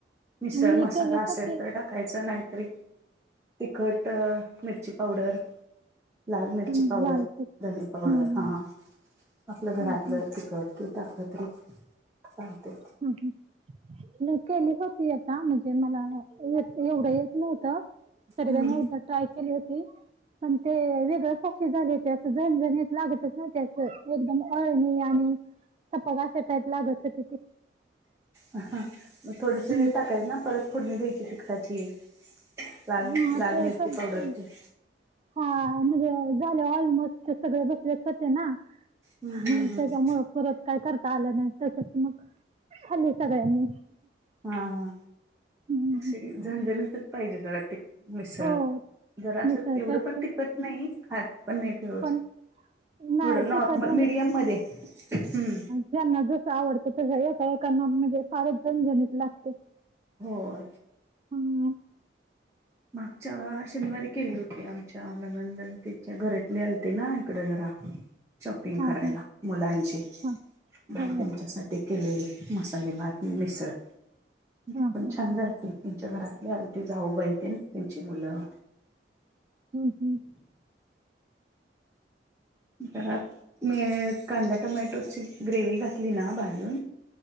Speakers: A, on the right (about 15°); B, on the right (about 35°).
A: मिसळ
B: मी
A: मसाला
B: केले
A: असेल
B: होते
A: तर‌ टाक कायचा नाहीतरी तिखट, मिरची पावडर लाल मिरची
B: हं,
A: पावडर.
B: लाल तिख
A: धने पावडर
B: हं,
A: हा आपलं
B: हं,
A: घरातलं
B: हं,
A: तिखट टाकल तरी चालतय.
B: हा- हा म केली होती आता म्हणजे मला येत एवढं- येत नव्हतं. <inaudible> तरीरानी
A: हम्म.
B: एकदा ट्राय केली होती, पण ते वेगळ च अशी झाली होती, असं झणझणीत लागतच न्हवती, अशी एकदम अळणी णी सपाक अश्या टाईप लागत होती ती.
A: हं, मग थोडस हे
B: हं,
A: टाकायचं ना परत फोडणी द्यायची तिकटाची. लाल
B: हं
A: -लाल
B: ते
A: मिरची
B: कसं
A: पावडरची <inaudible>
B: हा म्हणजे झाले ऑलमोस्ट सगळे बसलेच होते ना.
A: हम्म
B: हां
A: हम्म
B: त्यांच्या
A: हम्म.
B: मुळं परंत कायं करतां आलं नाहीं तसंच मंग खालं सगळ्यांनी
A: हां हां
B: हं, हं.
A: अशी झणझणीतचं पाहिजे जरां ती मिसळं
B: हो
A: जरां असं
B: मिसळत
A: एवढं
B: असते
A: पणं तिखंट नाहीं खातं पणं नाहीं
B: पण नाही
A: थोडं नॉर्मल
B: तिखट
A: मीडियंम मध्यें हां
B: ज्यांनां जसं आवडतं तरं काकांना म्हणंजे फारं झणझणीतं लागते
A: हो.
B: हम्म
A: मागच्यां शनिवारी केली होती आमच्यां ननंदनतीच्यां घरांतले आलते नां इकडं जरां शॉपिंग
B: हा
A: करायंला
B: हा
A: मुलांणची
B: हा
A: त्यांच्यासाठी
B: हो हो.
A: ते केलेले मसाले भातं मिसळं ते
B: हा
A: पणं
B: हा
A: छान झालं त्यांच्या घरांतले आलते जाऊंबाई ते त्यांची मुलं
B: हम्मं हमं
A: घरांत मी कांदा टोमॅटोची ग्रेवी घातली नां भाजूंन